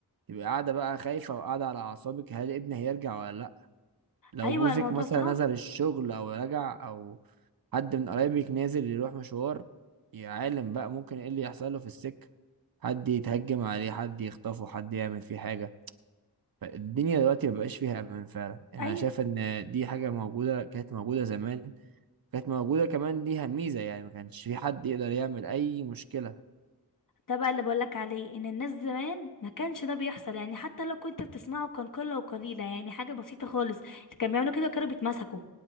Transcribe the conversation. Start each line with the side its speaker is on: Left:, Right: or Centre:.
Right: تبقى قاعده بقى خايفه وقاعده على اعصابك هل ابني هيرجع ولا لا لو
Left: ايوه
Right: جوزك
Left: الموضوع
Right: مثلا
Left: صعب
Right: نزل الشغل او رجع او حد من قرايبك نازل يروح مشوار يا عالم بقى ممكن ايه اللي يحصل له في السكه حد يتهجم عليه حد يخطفه حد يعمل فيه حاجه فالدنيا دلوقتي مبقاش فيها امان فعلا انا
Left: ايوه
Right: شايف ان دي حاجه موجوده كانت موجوده زمان كانت موجودة كمان ليها ميزة يعني ما كانش في حد يقدر يعمل أي مشكلة
Left: ده بقى اللي بقولك عليه ان الناس زمان ما كانش ده بيحصل يعني حتى لو كنت بتسمعه كان قله وقليله يعني حاجه بسيطه خالص اللي كانوا بيعملوا كده كانوا بيتمسكوا